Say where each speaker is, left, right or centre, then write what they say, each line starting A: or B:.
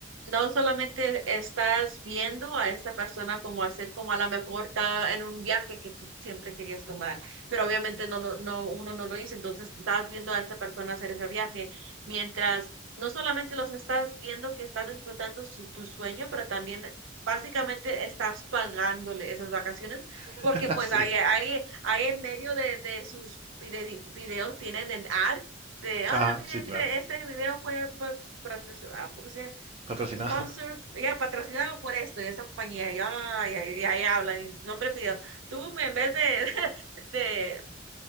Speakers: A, on the right; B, on the right.
A: no solamente estás viendo a esta persona como hacer como a la mejor está en un viaje que tú siempre querías tomar, pero obviamente no, lo- no, uno no lo hizo, entonces estás viendo a esta persona hacer ese viaje mientras no solamente los estás viendo que estás disfrutando su, tu sueño, pero también básicamente estás pagándole esas vacaciones
B: <laughs>
A: porque pues
B: Sí.
A: ahí, ahí, ahí en medio de, de sus vide- videos tienen el ad de, ah,
B: Ajá,
A: mire
B: sí,
A: este,
B: claro.
A: este video fue pa- patroci- ah, ¿cómo se dice?
B: Patrocinado.
A: sponsor, ya patrocinado por esto, y esa compañía, y, ay, ay, y ahí hablan, nombre video. Tú en vez de, <laughs> de,